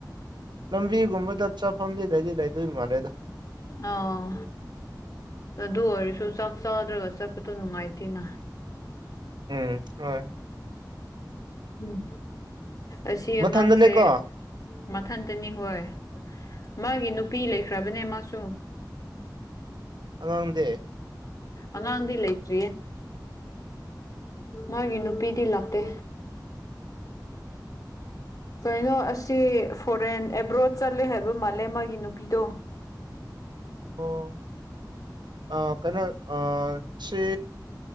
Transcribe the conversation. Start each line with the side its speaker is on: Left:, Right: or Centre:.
Right: ꯂꯝꯕꯤꯒꯨꯝꯕꯗ ꯆꯥꯐꯝꯗꯤ ꯂꯩꯗꯤ ꯂꯩꯗꯣꯏ ꯃꯥꯜꯂꯦꯗ
Left: ꯑꯥ ꯑꯗꯨ ꯑꯣꯏꯔꯁꯨ ꯆꯥꯛ ꯆꯥꯗ꯭ꯔꯒ ꯆꯠꯄꯗꯣ ꯅꯨꯡꯉꯥꯏꯇꯦꯅ
Right: ꯎꯝ ꯍꯣꯏ
Left: ꯎꯝ ꯑꯁꯤ
Right: ꯃꯊꯟꯗꯅꯦꯀꯣ
Left: ꯑꯉꯥꯡꯁꯦ ꯃꯊꯟꯇꯅꯤ ꯍꯣꯏ ꯃꯥꯒꯤ ꯅꯨꯄꯤ ꯂꯩꯈ꯭ꯔꯕꯅꯦ ꯃꯥꯁꯨ
Right: ꯑꯉꯥꯡꯗꯦ
Left: ꯑꯉꯥꯡꯗꯤ ꯂꯩꯇ꯭ꯔꯤꯌꯦ ꯃꯥꯒꯤ ꯅꯨꯄꯤꯗꯤ ꯂꯥꯛꯇꯦ ꯀꯩꯅꯣ ꯑꯁꯤ ꯐꯣꯔꯦꯟ ꯑꯦꯕ꯭ꯔꯣꯗ ꯆꯠꯂꯦ ꯍꯥꯏꯕ ꯃꯥꯜꯂꯦ ꯃꯥꯒꯤ ꯅꯨꯄꯤꯗꯣ
Right: ꯑꯣ ꯑꯥ ꯀꯩꯅꯣ ꯑꯥ ꯁꯤ